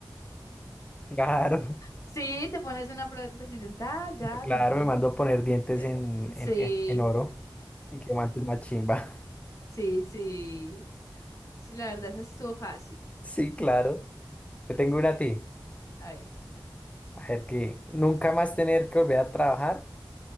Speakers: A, on the left; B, on the left.
A: Claro,
B: Sí, te pones una prótesis dental, ya
A: claro,
B: te mandas
A: me mando
B: a... <laughs>
A: a poner dientes
B: Eh,
A: en,
B: Sí,
A: en, en, en oro y que guantes más chimba.
B: sí, sí. Sí, la verdad, esa estuvo fácil.
A: <laughs> Sí, claro. Te tengo una a ti.
B: A ver,
A: A ver, que nunca más tener que volver a trabajar